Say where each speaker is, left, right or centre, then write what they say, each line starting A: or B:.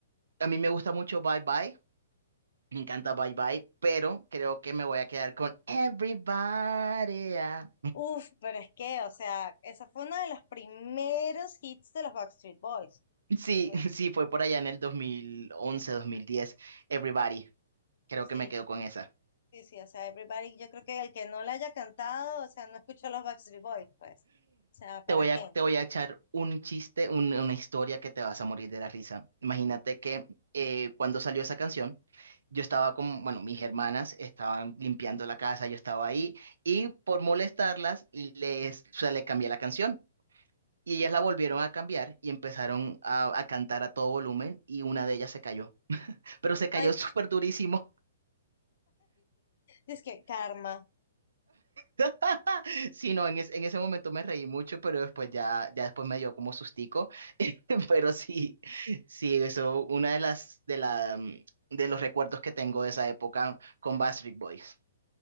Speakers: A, on the right (about 65°); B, on the left (about 55°).
A: A mí me gusta mucho Bye Bye. Me encanta Bye Bye. Pero creo que me voy a quedar con Everybody. ah.
B: uff, pero es que, o sea, esa fue uno de los primeros hits de los Backstreet Boys,
A: Sí,
B: ¿sí?
A: <laughs> sí, fue por allá en el 2011, 2010. Everybody. Creo
B: Sí,
A: que me quedo con esa.
B: sí, sí, o sea, Everybody, yo creo que el que no la haya cantado, o sea, no escuchó los Backstreet Boys, pues, o sea, ¿para
A: Te voy
B: qué?
A: a, te voy a echar un chiste, un- una historia que te vas a morir de la risa. Imagínate que eh, cuando salió esa canción, yo estaba con, bueno, mis hermanas estaban limpiando la casa, yo estaba ahí y por molestarlas les, o sea, les cambié la canción. Y ellas la volvieron a cambiar y empezaron a, a cantar a todo volumen y una de ellas se cayó. Pero se cayó
B: Ay,
A: <laughs> súper durísimo.
B: Es que karma.
A: <laughs> Sí, no, en, es- en ese momento me reí mucho, pero después ya, ya después me dio como sustico. <laughs> Pero sí, sí, eso, una de las, de la, mm, de los recuerdos que tengo de esa época con Backstreet Boys.